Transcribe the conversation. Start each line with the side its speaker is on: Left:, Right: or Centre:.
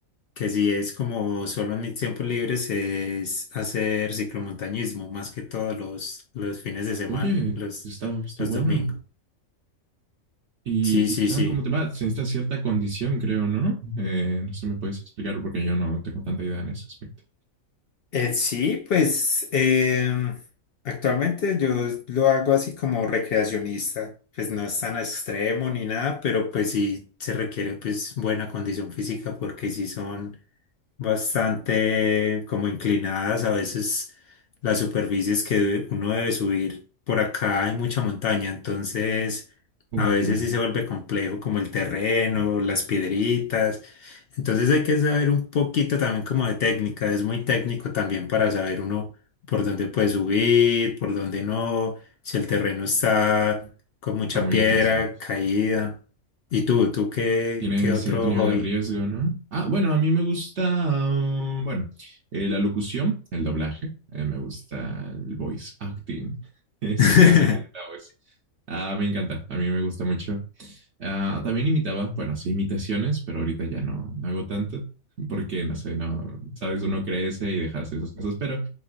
Left: que si es como solo en mis tiempos libres es hacer ciclomontañismo, más que todos los, los fines de semana,
Right: Oye,
Left: los,
Right: está, está
Left: los
Right: bueno.
Left: domingos.
Right: ¿Y
Left: Sí,
Right: qué
Left: sí,
Right: tal?
Left: sí.
Right: ¿Cómo te va? Se necesita cierta condición, creo, ¿no? Eh, no sé, me puedes explicar porque yo no tengo tanta idea en ese aspecto.
Left: Eh, sí, pues em, actualmente yo lo hago así como recreacionista, pues no es tan extremo ni nada, pero pues sí se requiere pues buena condición física porque sí son bastante como inclinadas, a veces las superficies que uno debe subir. Por acá hay mucha montaña, entonces
Right: Uf,
Left: a veces
Right: imagino.
Left: sí se vuelve complejo como el terreno, las piedritas. Entonces hay que saber un poquito también como de técnica, es muy técnico también para saber uno por dónde puede subir, por dónde no, si el terreno está
Right: Uy,
Left: con mucha
Right: Está muy
Left: piedra,
Right: interesante.
Left: caída. ¿Y tú, tú qué,
Right: Tiene
Left: qué
Right: cierto
Left: otro
Right: nivel
Left: hobby?
Right: de riesgo, ¿no? Ah, bueno, a mí me gusta, um, bueno, eh, la locución, el doblaje, eh, me gusta el voice acting, <laughs> eso
Left: <laughs>
Right: que hacen en la voz. Ah, me encanta, a mí me gusta mucho. Ah, también imitaba, bueno, sí, imitaciones, pero ahorita ya no, no hago tanto porque, no sé, no, sabes, uno crece y deja de hacer esas cosas, pero